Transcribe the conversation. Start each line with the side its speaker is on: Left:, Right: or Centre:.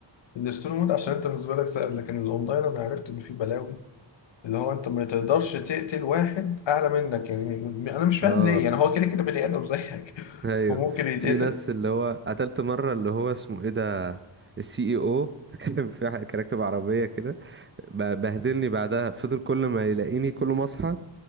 Left: الستوري مود عشان انت بالنسبه لك سهل لكن الاونلاين انا عرفت ان فيه بلاوي اللي هو انت ما تقدرش تقتل واحد اعلى منك يعني م- انا مش فاهم
Right: اه
Left: ليه يعني هو كده كده بني ادم زيك <laughs>
Right: ايوه
Left: وممكن يتقتل
Right: في ناس اللي هو قتلت مره اللي هو اسمه ايه ده السي اي او <laughs> كان في ح- كان راكب عربيه كده ب- بهدلني بعدها فضل كل ما يلاقيني كل ما اصحى